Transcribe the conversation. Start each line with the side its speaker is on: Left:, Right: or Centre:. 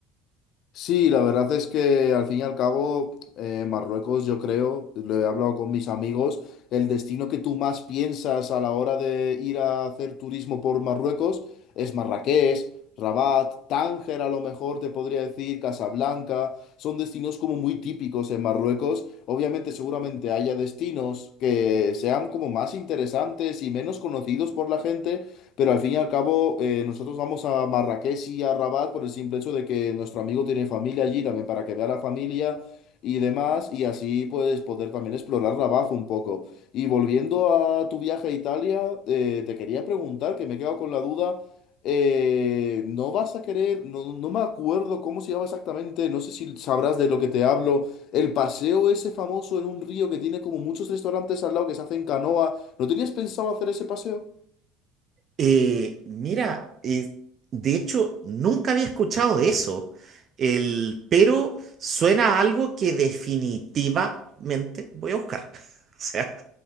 Left: Sí, la verdad es que al fin y al cabo, eh, Marruecos, yo creo, lo he hablado con mis amigos, el destino que tú más piensas a la hora de ir a hacer turismo por Marruecos es Marrakech, Rabat, Tánger a lo mejor te podría decir, Casablanca, son destinos como muy típicos en Marruecos. Obviamente, seguramente haya destinos que sean como más interesantes y menos conocidos por la gente, pero al fin y al cabo, eh, nosotros vamos a Marrakech y a Rabat por el simple hecho de que nuestro amigo tiene familia allí también para que vea la familia y demás, y así pues poder también explorar Rabat un poco. Y volviendo a tu viaje a Italia, eh, te quería preguntar, que me he quedado con la duda, eh, ¿no vas a querer, no, no me acuerdo cómo se llama exactamente, no sé si sabrás de lo que te hablo, el paseo ese famoso en un río que tiene como muchos restaurantes al lado que se hace en canoa, ¿no tenías pensado hacer ese paseo?
Right: Eh, mira, eh, de hecho, nunca había escuchado de eso, el, pero suena a algo que definitivamente voy a buscar. <laughs> O sea,